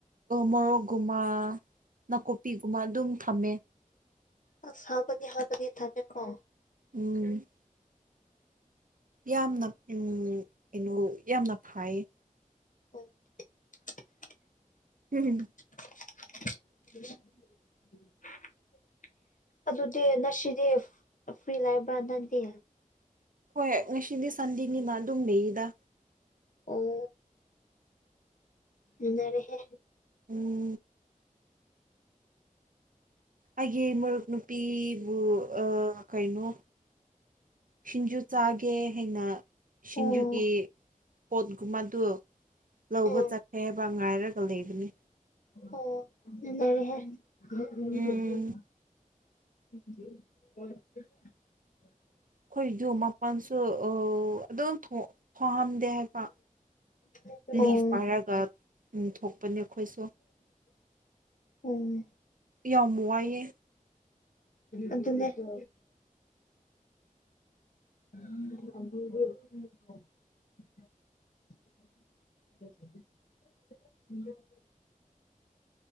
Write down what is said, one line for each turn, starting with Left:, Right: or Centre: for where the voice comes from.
Right: ꯃꯣꯔꯣꯛ ꯒꯨꯝꯕꯥ ꯅꯥꯀꯨꯞꯄꯤꯒꯨꯝꯕ ꯑꯗꯨꯝ ꯊꯝꯃꯦ
Left: ꯑꯁ ꯍꯥꯞꯕꯅꯦ ꯍꯥꯕꯅꯦ ꯊꯝꯃꯦꯀꯣ
Right: ꯎꯝ ꯌꯥꯝꯅ ꯎꯝ ꯀꯩꯅꯣ ꯌꯥꯝꯅ ꯐꯥꯏꯌꯦ
Left: <unintelligible>
Right: ꯎꯝ
Left: <unintelligible> ꯑꯗꯨꯗꯤ ꯉꯁꯤꯗꯤ ꯐ꯭ꯔꯤ ꯂꯩꯕ꯭ꯔꯥ ꯅꯪꯗꯤ
Right: ꯍꯣꯏ ꯉꯁꯤꯗꯤ ꯁꯟꯗꯤꯅꯤꯅ ꯑꯗꯨꯝ ꯂꯩꯌꯦꯗ
Left: ꯑꯣ ꯂꯨꯅꯔꯦꯍꯦ
Right: ꯎꯝ ꯑꯩꯒꯤ ꯃꯔꯨꯞ ꯅꯨꯨꯄꯤꯕꯨ ꯑ ꯀꯩꯅꯣ ꯁꯤꯡꯖꯨ ꯆꯥꯒꯦ ꯍꯥꯏꯅ ꯁꯤꯡꯖꯨꯒꯤ
Left: ꯑꯣ
Right: ꯄꯣꯠꯒꯨꯝꯕꯗꯨ ꯂꯧꯕ
Left: ꯎꯝ
Right: ꯆꯠ ꯑꯦꯕ ꯉꯥꯏꯔꯒ ꯂꯩꯕꯅꯤ
Left: <unintelligible>
Right: ꯎꯝ
Left: <unintelligible>
Right: ꯑꯩꯈꯣꯏꯁꯨ ꯃꯄꯜꯁꯨ ꯑꯗꯨꯝ ꯊꯣꯡꯍꯝꯗꯦ ꯍꯥꯏꯕ
Left: <unintelligible>
Right: ꯂꯤꯐ <unintelligible> ꯊꯣꯛꯄꯅꯦ ꯑꯩꯈꯣꯏꯁꯨ
Left: ꯎꯝ
Right: ꯌꯥꯝ ꯋꯥꯏꯑꯦ
Left: ꯑꯗꯨ ꯑꯗꯨ <unintelligible> <unintelligible>